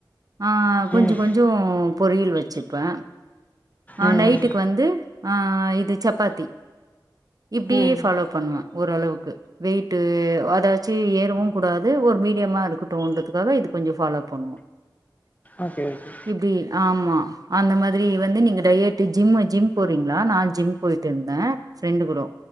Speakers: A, on the right (about 50°); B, on the left (about 20°).
A: ஆ
B: ம்
A: கொஞ்சோ கொஞ்சோ பொரியல் வெச்சிப்பே அ
B: ம்
A: நைட்டுக்கு வந்து ஆ இது சப்பாத்தி இப்டியே
B: ம்
A: ஃபாலோ பண்வ ஓரளவுக்கு வெயிட்டு அதாச்சு ஏறவு கூடாது ஒரு மீடியமா இருக்கட்டுன்றதுக்காக இது கொஞ்ச ஃபாலோ பண்வோ
B: ஓகே ஓகே
A: இப்டி ஆமா அந்த மாதிரி வந்து நீங்க டயட் ஜிம் ஜிம் போறீங்ளா நா ஜிம் போய்ட்டுருந்தே ஃபிரெண்டு குடு